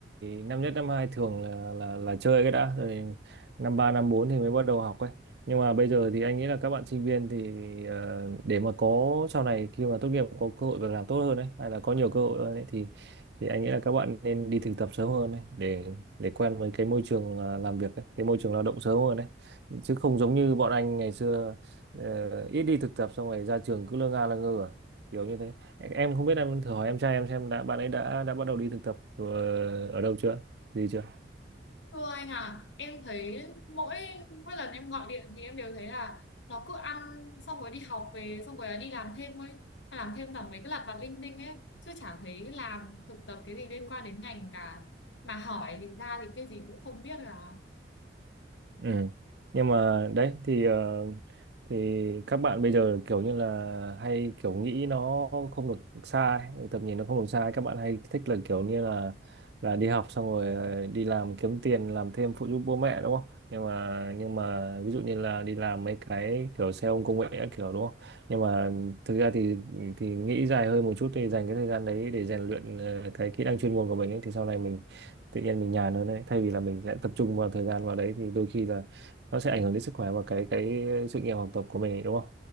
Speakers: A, on the right; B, on the left.
A: năm nhất năm 2 thường là là là chơi cái đã rồi năm 3 năm 4 thì mới bắt đầu học ấy. Nhưng mà bây giờ thì anh nghĩ là các bạn sinh viên thì ờ, để mà có sau này khi mà tốt nghiệp có cơ hội việc làm tốt hơn đấy hay là có nhiều cơ hội hơn ấy thì thì anh nghĩ là các bạn nên đi thực tập sớm hơn đấy để để quen với cái môi trường ờ, làm việc ấy, cái môi trường lao động sớm hơn đấy. Chứ không giống như bọn anh ngày xưa ờ, ít đi thực tập xong rồi ra trường cứ lơ nga lơ ngơ à kiểu như thế em không biết em thử hỏi em trai em xem đã bạn ấy đã đã bắt đầu đi thực tập ờ, ở đâu chưa gì chưa
B: Thưa anh à, em thấy mỗi mỗi lần em gọi điện thì em đều thấy là nó cứ ăn xong rồi đi học về xong rồi đi làm thêm ấy, làm thêm toàn mấy cái lặt vặt linh tinh ấy chứ chả thấy làm thực tập cái gì liên quan đến ngành cả mà hỏi thì ra thì cái gì cũng không biết là
A: Ừ. Nhưng mà đấy thì ờ, thì các bạn bây giờ kiểu như là hay kiểu nghĩ nó không được sai, tầm nhìn nó không được sai, các bạn hay thích là kiểu như là là đi học xong rồi ờ, đi làm kiếm tiền làm thêm phụ giúp bố mẹ đúng không? Nhưng mà nhưng mà ví dụ như là đi làm mấy cái kiểu xe ôm công nghệ các kiểu đúng không? Nhưng mà thực ra thì thì nghĩ dài hơn một chút thì dành cái thời gian đấy để rèn luyện ờ, cái kỹ năng chuyên môn của mình ấy, thì sau này mình tự nhiên mình nhàn hơn đấy thay vì là mình sẽ tập trung vào thời gian vào đấy thì đôi khi là nó sẽ ảnh hưởng đến sức khỏe và cái cái sự nghiệp học tập của mình ấy, đúng không